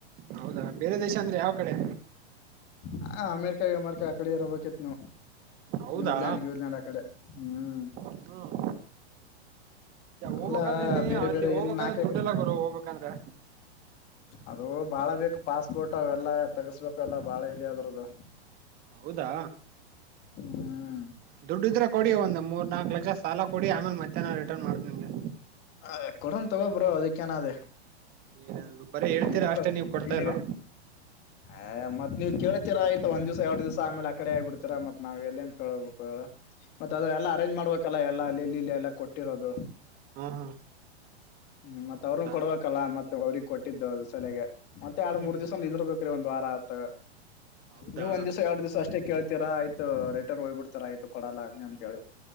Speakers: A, on the right; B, on the left.
A: ಹೌದಾ ಬೇರೆ ದೇಶ ಅಂದ್ರೆ ಯಾವ ಕಡೆ
B: ಹ ಅಮೆರಿಕಾ ಅಮೆರಿಕಾ ಆ ಕಡೆ ಇರಬೇಕಿತ್ ನಾವು
A: ಹೌದಾ
B: ನ್ಯೂಜಿಲ್ಯಾಂಡ್ ಗೂ್ಲ್ಯಾಂಡ್ ಆ ಕಡೆ ಹ್ಮ್
A: ಹ್ಮ್
B: ಅಲ್ಲಾ
A: ಹೋಗ್ಬೇಕಂತಂದಿ
B: ಬೇರೆ
A: ಅಲ್ಲಿ
B: ಬೇರೆ
A: ಹೋಗ್ಬೇಕಂದ್ರೆ
B: ಎಲ್ಲಿ ನಾಕ್ಯಾಕ್ರೆ
A: ದುಡ್ಡಿಲ್ಲ ಗುರು ಹೋಗ್ಬೇಕಂದ್ರೆ
B: ಅದು ಬಾಳ ಬೇಕು ಪಾಸ್ಪೋರ್ಟ್ ಅವೆಲ್ಲಾ ತಗಸ್ಬೇಕು ಎಲ್ಲಾ ಬಾಳ ಇದೆ ಅದ್ರದದು
A: ಹೌದಾ
B: ಹ್ಮ್
A: ದುಡ್ಡುದ್ರೆ ಕೊಡಿ ಒಂದು್ ಮೂರ್ ನಾಲ್ಕು ಲಕ್ಷ ಸಾಲ ಕೊಡಿ ಆಮೇಲೆ ಮಧ್ಯಾಹ್ನ ರಿಟರ್ನ್ ಮಾಡ್ತ ನಿಮ್ಗೆ
B: ಅ ಕೊಡನ್ ತಗೊಬ್ರೋ ಅದಕ್ಕ ಏನಾದೇ
A: ಏನಾದ್ರು ಬರೀ ಹೇಳ್ತೀರಾ
B: ನಿಮಕ್ಕ
A: ಅಷ್ಟೇ ನೀವ್ ಕೊಡ್ತಾ
B: ನೀನ್ಗ
A: ಇಲ್ಲ
B: ಅ ಮತ್ವ್ ಕೇಳತಿರ ಆಯತ ಒಂದ್ವ್ಸ ಎರಡ್ ದಿವಸ ಆಮೇಲೆ ಆ ಕಡೆ ಆಗಿ ಬಿಡ್ತರ ಮತ್ ನಾವ್ ಎಲ್ಲಿ ಅಂತ ಕೇಳ್ಬೇಕು ಮತ್ತತ್ ಅದದೆಲ್ಲ ಅರೇಂಜ್ ಮಾಡ್ಬೇಕಲ್ಲ ಎಲ್ಲ ಅಲ್ಲಿ ಇಲ್ಲಿ ಇಲ್ಲಿ ಎಲ್ಲ ಕೊಟ್ಟಿರೋದು
A: ಹ್ಮ್ ಹ್ಮ್
B: ಹ್ಮ್ ಮತ್ತ
A: ಹೌದಾ
B: ಅವ್ರನ್ ಕೊಡ್ಬೇಕಲ್ಲ ಮತ್ತ ಅವ್ರಿಗೆ ಕೊಟ್ಟಿದ್ದು ಅದು ಸಲೆಗೆ ಮತ್ತೆ ಎರಡ್
A: ಹ್ಮ್
B: ಮೂರ್
A: ಹ್ಮ್
B: ದಿವ್ಸ ನಿಂದಿರ್ ಬೇಕ್ರೀ ಒಂದ್ ವಾರ ಆತಾಗ
A: ಹೌದಾ
B: ನೀವ್ ಒಂದ ದಿವ್ಸ ಎರಡ್ ದಿವ್ಸ ಅಷ್ಟೇ ಕೇಳ್ತ ತರ ಆಯಿತು ರಿಟರ್ನ್ ಹೋಗಬಿಡ್ತರ ಆಯತು ಕೊಡಲ್ಲ ಹಂ ಅಂತೇಳಿ